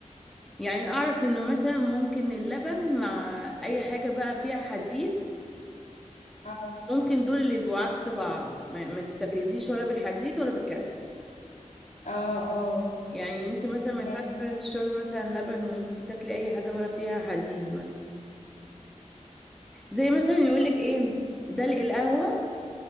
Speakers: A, in the centre; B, on the left.
A: يعني أعرف إن مثلا ممكن اللبن مع أي حاجة بقى فيها حديد
B: اه
A: ممكن دول اللي يبقوا عكس بعض ما, ما تستفيديش ولا بالحديد ولا بالكالسيوم
B: اه اه
A: يعني انت مثلا
B: تمام.
A: ما ينفعش فعلا تشربي مثلا لبن وانت بتاكلي أي حاجة بقى فيها حديد مثلا زي مثلا يقولك إيه دلق القهوة